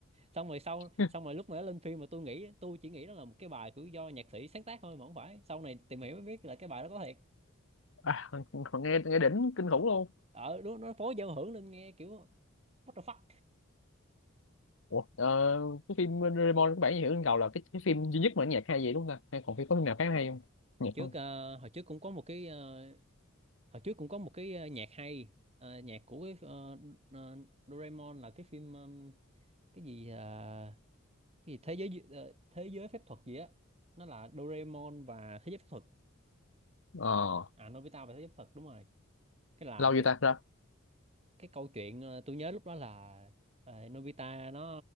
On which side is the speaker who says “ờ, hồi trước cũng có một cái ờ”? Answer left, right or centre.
Right